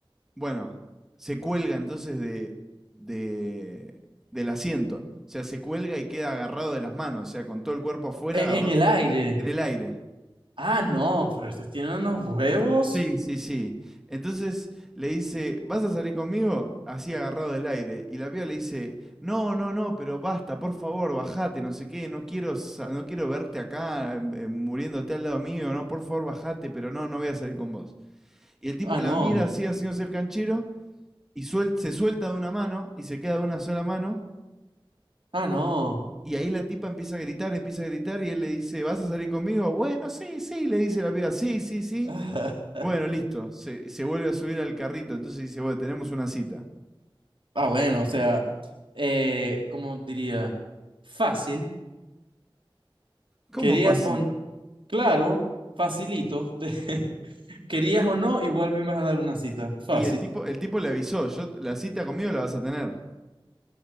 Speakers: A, in the centre; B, on the right (about 70°).
A: Bueno, se cuelga entonces de, de- del asiento. O sea, se cuelga y queda agarrado de las manos, o sea, con todo el cuerpo afuera,
B: En,
A: agarrado
B: en el aire.
A: en el aire.
B: Ah, no, pero este tiene unos huevos.
A: Sí, sí, sí. Entonces le dice, ¿vas a salir conmigo? Así agarrado del aire. Y la piba le dice, no, no, no, pero basta, por favor, bajate, no sé qué, no quiero, sa- no quiero verte acá eh, muriéndote al lado mío, no, por favor, bajate, pero no, no voy a salir con vos. Y el tipo
B: Ah,
A: la
B: no.
A: mira así, haciéndose el canchero, y suel- se suelta de una mano y se queda de una sola mano.
B: Ah, no.
A: Y ahí la tipa empieza a gritar, empieza a gritar y él le dice, ¿vas a salir conmigo? Bueno, sí, sí, le dice la piba, sí, sí, sí.
B: <laughs>
A: Bueno, listo. Se, se vuelve a subir al carrito, entonces dice, bueno, tenemos una cita.
B: Ah, bueno, o sea, eh, ¿cómo diría? Fácil.
A: ¿Cómo
B: ¿Querías
A: fácil?
B: o no? Claro, facilito. <laughs> ¿Querías o no? Igual me ibas a dar una cita. Fácil.
A: Y el tipo, el tipo le avisó, yo, la cita conmigo la vas a tener.